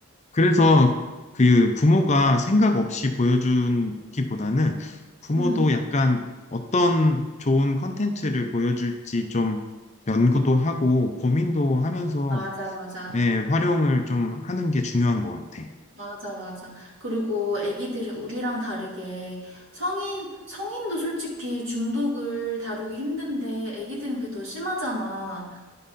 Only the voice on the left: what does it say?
그래서 그 부모가 생각 없이 보여주기보다는 부모도
약간 어떤 좋은 컨텐츠를 보여줄지 좀 연구도 하고 고민도 하면서
네, 활용을 좀 하는 게 중요한 것 같아.